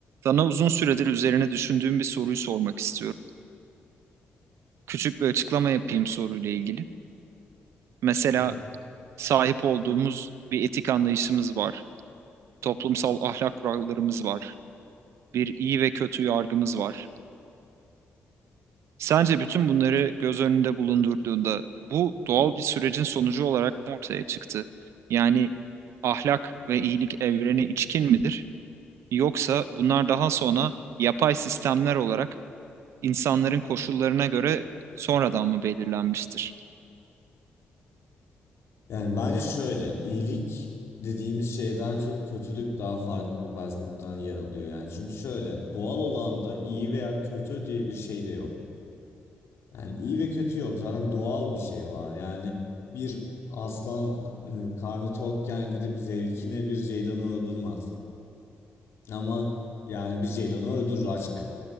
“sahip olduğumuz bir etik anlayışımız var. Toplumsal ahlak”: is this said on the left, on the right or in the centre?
Right